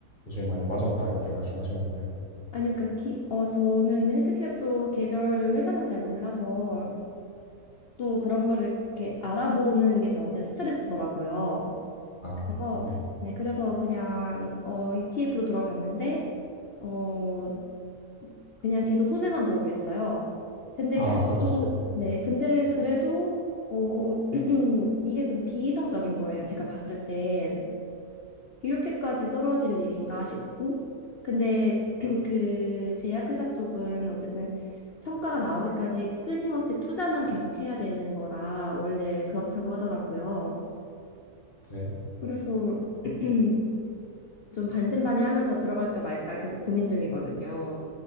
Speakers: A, on the left (about 30°); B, on the left (about 55°).
A: 요즘에 많이 빠졌다 이렇게 말씀하셨는데.
B: 아니요, 그러니까 기, 어, 저는 헬스케어 쪽 개별 회사는 잘 몰라서 또 그런 거를 이렇게 알아보는 게 저한테는 스트레스더라고요.
A: 아,
B: 그래서
A: 네.
B: 네, 그래서 그냥 어, ETF로 들어갔는데 어, 그냥 계속 손해만 보고 있어요. 근데
A: 아,
B: 그래도
A: 그러셨어요. 네.
B: 네, 근데 그래도 어, <clears throat> 이게 좀 비이성적인 거예요. 제가 봤을 땐. 이렇게까지 떨어질 일인가 싶고, 근데 <clears throat> 그 제약회사 쪽은 어쨌든 성과가 나오기까지 끊임없이 투자만 계속해야 되는 거라 원래 그렇다고 하더라고요.
A: 네.
B: 그래서 <clears throat> 좀 반신반의하면서 들어갈까 말까 계속 고민 중이거든요.